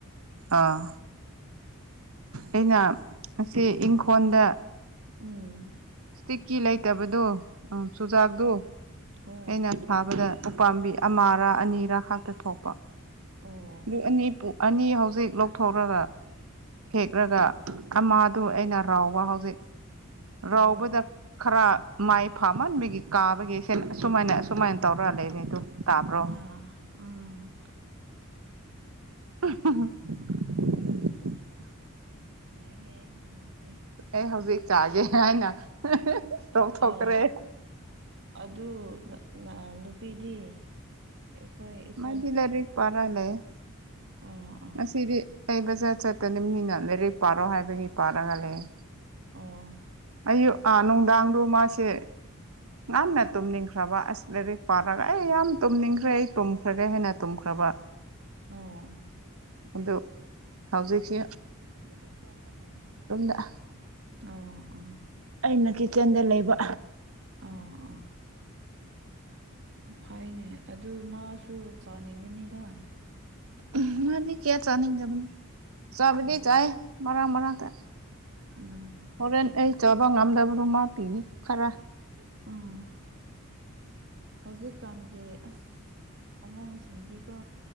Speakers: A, on the right (about 75°); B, on the right (about 55°).
A: ꯑꯥ ꯑꯩꯅ ꯑꯁꯤ ꯏꯪꯈꯣꯟꯗ
B: ꯎꯝ
A: ꯁ꯭ꯇꯤꯛꯀꯤ ꯂꯩꯇꯕꯗꯣ ꯎꯝ ꯆꯨꯖꯥꯛꯗꯣ
B: ꯍꯣꯏ
A: ꯑꯩꯅ ꯊꯥꯕꯗ ꯎꯄꯥꯝꯕꯤ ꯑꯃꯔꯥ ꯑꯅꯤꯔꯥ ꯈꯥꯛꯇ ꯊꯣꯛꯄ
B: ꯑꯣ
A: ꯑꯗꯨ ꯄꯨ ꯑꯅꯤ ꯑꯅꯤ ꯍꯧꯖꯤꯛ ꯂꯧꯊꯣꯛꯔꯒ ꯍꯦꯛꯂꯒ ꯑꯃꯗꯨ ꯑꯩꯅ ꯔꯥꯎꯕ ꯍꯧꯖꯤꯛ ꯔꯥꯎꯕꯗ
B: ꯑꯣ
A: ꯈꯔ ꯃꯥꯏ ꯐꯥꯃꯟꯕꯒꯤ ꯀꯥꯕꯒꯤ ꯑꯁꯨꯃꯥꯏꯅ ꯑꯁꯨꯃꯥꯏꯅ ꯇꯧꯔ ꯂꯩꯔꯦꯇꯨ ꯇꯥꯕ꯭ꯔꯣ
B: ꯑꯥ ꯎꯝ
A: <unintelligible>
B: ꯅꯨꯡꯉꯥꯏꯍꯦ ꯅꯪꯒꯤꯁꯦ
A: ꯑꯩ ꯍꯧꯖꯤꯛ ꯆꯥꯒꯦ ꯍꯥꯏꯅ <unintelligible> ꯇꯧꯊꯣꯛꯈ꯭ꯔꯦ
B: ꯑ ꯑꯗꯨ ꯑ ꯥꯑꯥ ꯅꯨꯄꯤꯗꯤ ꯑꯩꯈꯣꯏ ꯏꯆꯥ
A: ꯃꯗꯤ ꯂꯥꯏꯔꯤꯛ ꯄꯔꯥ ꯂꯩꯌꯦ
B: ꯑꯣ
A: ꯉꯁꯤꯗꯤ ꯑꯩ ꯕꯖꯥꯔ ꯆꯠꯇꯕꯅꯤꯅ ꯂꯥꯏꯔꯤꯛ ꯄꯥꯔꯣ ꯍꯥꯏꯕꯒꯤ ꯄꯥꯔꯒ ꯂꯩꯌꯦ
B: ꯑꯣ
A: ꯑꯌꯨꯛ ꯑꯥ ꯅꯨꯡꯗꯥꯡꯗꯣ ꯃꯥꯁꯦ ꯉꯟꯅ ꯇꯨꯝꯅꯤꯡꯈ꯭ꯔꯕ ꯑꯁ ꯂꯥꯏꯔꯤꯛ ꯄꯥꯔꯒ ꯑꯩ ꯌꯥꯝ ꯇꯨꯝꯅꯤꯡꯈ꯭ꯔꯦ ꯑꯩ ꯇꯨꯝꯈ꯭ꯔꯒꯦ ꯍꯥꯏꯅ ꯇꯨꯝꯈ꯭ꯔꯕ
B: ꯑꯣ
A: ꯑꯗꯨ ꯍꯧꯖꯤꯛꯁꯤ <unintelligible>
B: ꯑꯧ ꯑꯣꯥ
A: ꯑꯩꯅ ꯀꯤꯠꯆꯟꯗ ꯂꯩꯕ
B: ꯑꯥ ꯑꯥ ꯐꯩꯅꯦ ꯑꯗꯨ ꯃꯥꯁꯨ ꯆꯥꯅꯤꯡꯒꯅꯤꯗ
A: <unintelligible> ꯃꯗꯤ ꯀꯌꯥ ꯆꯅꯤꯡꯗꯕꯅꯦ ꯆꯕꯗꯤ
B: ꯑꯥ
A: ꯆꯥꯏ ꯃꯔꯛ ꯃꯔꯛꯇ
B: ꯎꯝ
A: ꯍꯣꯔꯦꯟ ꯑꯩ ꯆꯥꯕ ꯉꯝꯗꯕꯗꯨ ꯃꯥ ꯄꯤꯒꯦ ꯈꯔ
B: ꯎꯝ ꯍꯧꯖꯤꯛꯀꯥꯟꯒꯤ ꯑꯁ ꯑꯉꯥꯡꯁꯤꯡꯗꯤꯀꯣ